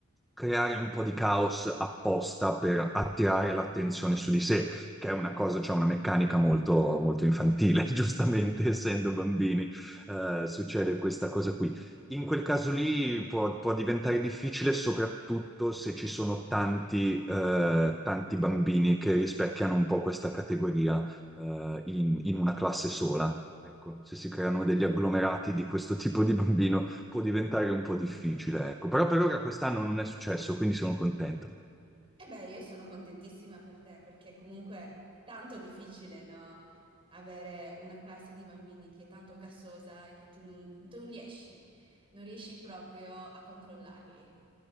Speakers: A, in the centre; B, on the right.
A: creare un po' di caos apposta per attirare l'attenzione su di sé che è una cosa, cioè una meccanica molto, molto infantile, <laughs> giustamente, essendo bambini, eh, succede questa cosa qui. In quel caso lì può, può diventare difficile, soprattutto se ci sono tanti, eh, tanti bambini che rispecchiano un po' questa categoria, eh, in, in una classe sola. Ecco, se si creano degli agglomerati di questo tipo di bambino può diventare un po' difficile, ecco. Però per ora quest'anno non è successo, quindi sono contento.
B: E beh, io sono contentissima per te perché comunque è tanto difficile, no? Avere una classe di bambini che è tanto cassosa e che tu non, tu non riesci, non riesci proprio a controllarli.